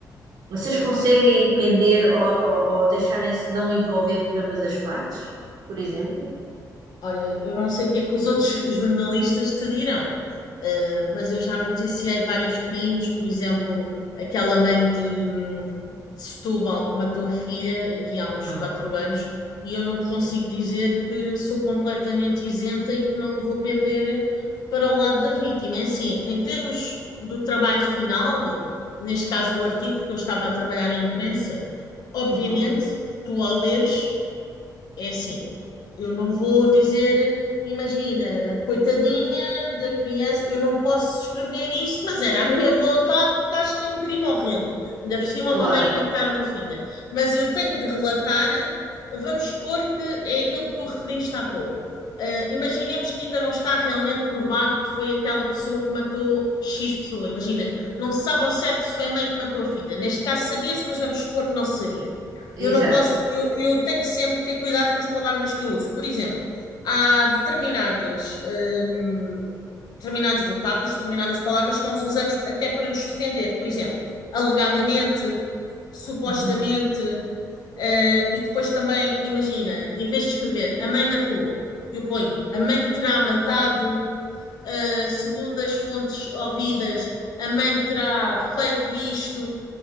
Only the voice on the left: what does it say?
Olha, eu não sei o que é que os outros <laughs> jornalistas te dirão, eh, mas eu já noticiei vários crimes, por exemplo, aquela mãe de, hum, de Setúbal que matou a filha aqui há uns
quatro anos, e eu não te
consigo dizer que sou completamente isenta e que não vou pender para o lado da vítima. É assim, em termos do trabalho final, neste caso do artigo, porque eu estava a trabalhar em imprensa, obviamente
que tu ao leres é assim, eu não vou dizer, imagina, coitadinha da criança, eu não posso escrever isso, mas era a minha vontade porque acho que é um crime horrendo. Ainda por cima
uma mãe a matar uma filha. Mas eu tenho de relatar, vamos supor que é aquilo que tu referiste há pouco. Ah, imaginemos que ainda não está realmente provado que foi aquela pessoa que matou X pessoa. Imagina, não se sabe ao certo se foi a mãe que matou a filha. Neste caso sabia-se, mas vamos supor que não se sabia.
Eu não posso, eu, eu tenho sempre que ter cuidado com as palavras que eu uso. Por exemplo, há determinadas, hum, determinados vocábulos, determinadas palavras que nós usamos até para nos defender. Por exemplo, alegadamente, supostamente,
eh, e depois também, imagina, em vez de escrever a mãe matou, eu ponho a mãe terá matado, eh, segundo as fontes ouvidas, a mãe terá feito isto.